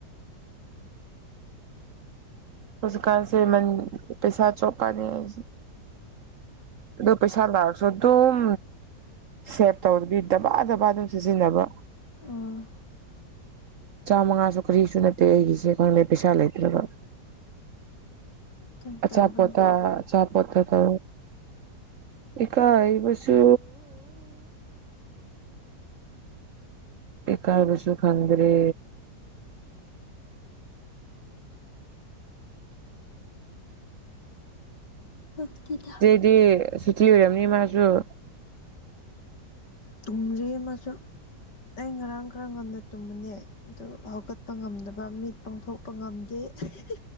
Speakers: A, on the right (about 50°); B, on the left (about 75°).
A: ꯑꯣꯖꯤꯀꯥꯁꯦ ꯃꯟ ꯄꯩꯁꯥ ꯆꯣꯞꯄꯥꯅꯦ ꯑꯩꯖꯦ ꯑꯗꯨ ꯄꯩꯁꯥ ꯂꯥꯛꯔꯁꯨ ꯑꯗꯨꯝ ꯁꯦꯚ ꯇꯧꯗꯕꯤ ꯗꯕꯥ ꯗꯥꯕ ꯑꯗꯨꯝ ꯁꯤꯖꯤꯟꯅꯕ
B: ꯎꯝ
A: ꯆꯥꯝꯃꯉꯥꯁꯨ ꯀꯔꯤꯁꯨ ꯅꯠꯇꯦ ꯑꯩꯒꯤꯁꯦ ꯈꯪꯗꯦ ꯄꯩꯁꯥ ꯂꯩꯇ꯭ꯔꯒ
B: ꯑꯗꯨꯝ
A: ꯑꯆꯥꯄꯣꯠꯇꯥ
B: ꯇꯧꯕꯅꯦ
A: ꯑꯆꯥꯄꯣꯠꯇꯥ ꯀꯣ ꯏꯀꯥꯏꯕꯁꯨ ꯏꯀꯥꯏꯕꯁꯨ ꯈꯪꯗ꯭ꯔꯦ
B: ꯂꯨꯞꯇꯤꯗ
A: ꯗꯤ ꯁꯨꯇꯤ ꯑꯣꯏꯔꯝꯅꯤ ꯃꯥꯁꯨ
B: ꯇꯨꯝꯔꯤ ꯑꯃꯁꯨ ꯑꯩ ꯉꯔꯥꯡ ꯈꯔ ꯉꯟꯅ ꯇꯨꯝꯕꯅꯦ ꯑꯗꯨ ꯍꯧꯒꯠꯄ ꯉꯝꯗꯕ ꯃꯤꯠ ꯄꯥꯡꯊꯣꯛꯄ ꯉꯝꯗꯦ ꯑ ꯍꯥ ꯍꯥ